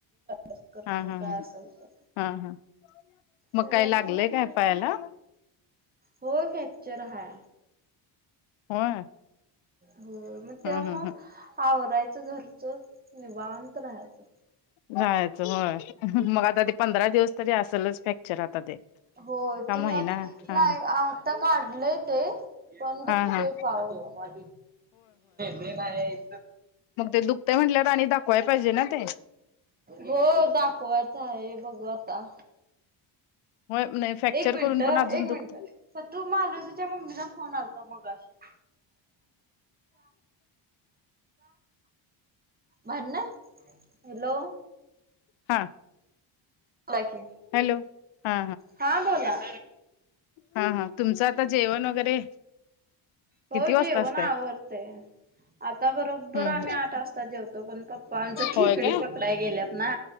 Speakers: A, on the right; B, on the left.
A: करते
B: हा हा
A: काय असाल तर.
B: हा हा मग
A: त्याच्यामुळे
B: काय लागलय काय पायाला?
A: होय फ्रॅक्चर हाय.
B: होय.
A: हो मग त्या
B: हम्म
A: मग
B: हम्म हम्म
A: आवरायचं घरच निवांत राहायचं.
B: जायचं होय मग आता ते पंधरा दिवस तरी असेलच फ्रॅक्चर आता ते.
A: हो
B: का
A: ते
B: महिना
A: आ नाही
B: हा
A: आता काढलंय ते पण
B: हा
A: दुखते
B: हा
A: पाय. माझ मन आहे इ.
B: मगं ते दुखते म्हटल्यावर आणि दाखवाय पाहिजे ना ते.
A: हो दाखवायचं आहे बघ आता.
B: होय नाही फ्रॅक्चर
A: एक मिनिट
B: करून पण अजून
A: एक
B: दुखत
A: मिनिट प तू मालोजच्या मम्मीचा फोन आलता मगाशी. <inaudible> भांडण, हॅलो!
B: हा
A: बोला की,
B: हॅलो हा
A: हा बोला.
B: हा हा तुमचं आता जेवण वगैरे.
A: हो
B: किती वाजता
A: जेवण
B: असतंय
A: आवरतंय. आता बरोबर
B: हम्म
A: आम्ही आठ वाजता जेवतो पण पप्पा आमच खेकडी
B: होय काय
A: पकड गेल्यात ना